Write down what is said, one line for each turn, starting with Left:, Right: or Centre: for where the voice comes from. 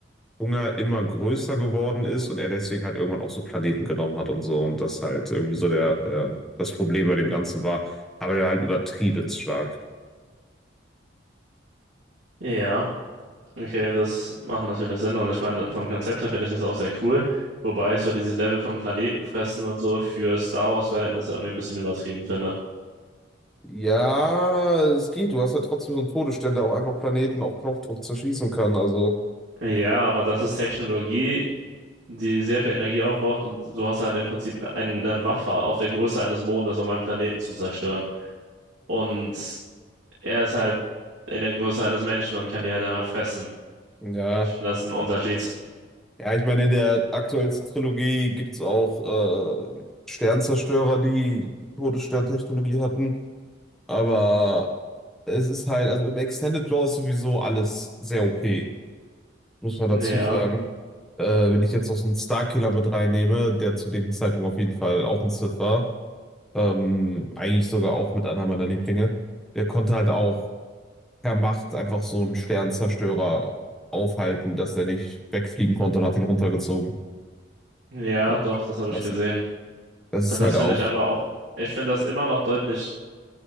Centre: Hunger immer größer geworden ist und er deswegen halt irgendwann auch so Planeten genommen hat und so und das halt irgendwie so der, der das Problem bei dem Ganzen war. Aber der war halt übertrieben stark.
Right: ja. Okay, das macht natürlich Sinn. Und ich meine, vom Konzept her finde ich das auch sehr cool. Wobei ich so dieses Level vom Planetenfressen und so für Star Wars-Verhältnisse irgendwie ein bisschen übertrieben finde.
Centre: Ja, es geht. Du hast ja trotzdem so einen Todesstern, der auch einfach Planeten auf Knopfdruck zerschießen kann. Also,
Right: Ja, aber das ist Technologie, die sehr viel Energie aufbraucht und du hast halt im Prinzip eine Waffe auf der Größe eines Mondes, um einen Planeten zu zerstören. Und er ist halt in der Größe eines Menschen und kann die halt einfach fressen.
Centre: ja.
Right: Ich finde das ist ein Unterschied.
Centre: Ja, ich meine, in der aktuellsten Trilogie gibt es auch äh, Sternzerstörer, die Todessterntechnologie hatten. Aber es ist halt, also im Extended Lore ist sowieso alles sehr OP, muss man
Right: Ja.
Centre: dazu sagen. Äh, wenn ich jetzt noch so einen Starkiller mit reinnehme, der zu dem Zeitpunkt auf jeden Fall auch ein Sith war, ähm, eigentlich sogar auch mit einer meiner Lieblinge, der konnte halt auch per Macht einfach so einen Sternzerstörer aufhalten, dass der nicht wegfliegen konnte und hat ihn runtergezogen
Right: Ja,
Centre: und
Right: doch,
Centre: abstürzen
Right: das habe ich
Centre: lassen.
Right: gesehen.
Centre: Das
Right: Und
Centre: ist halt
Right: das finde
Centre: auch.
Right: ich aber auch, ich finde das immer noch deutlich